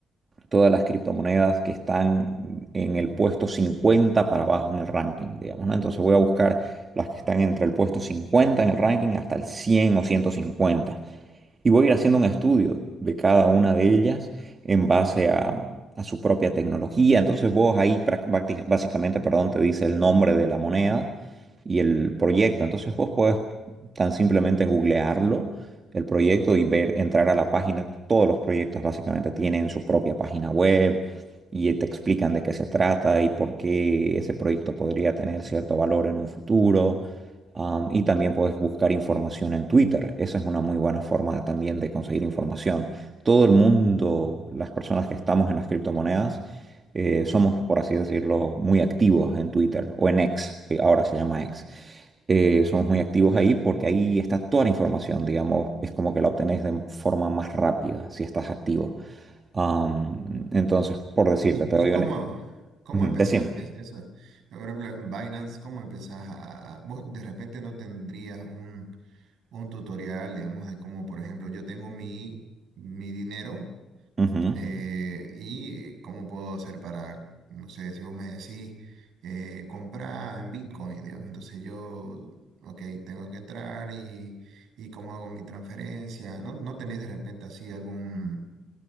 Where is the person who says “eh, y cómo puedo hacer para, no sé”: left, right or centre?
Right